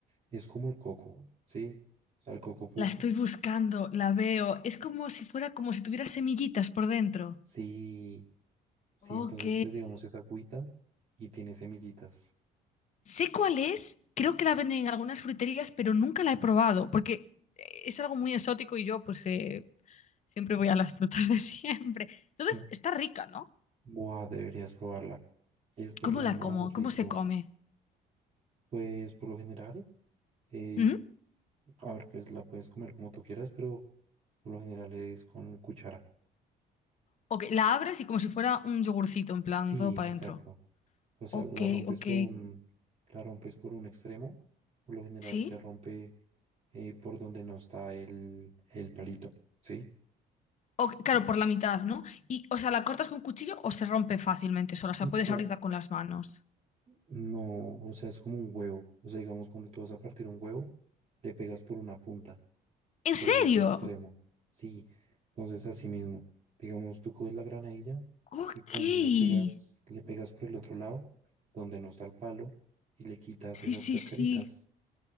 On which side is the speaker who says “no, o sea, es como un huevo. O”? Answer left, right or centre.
Right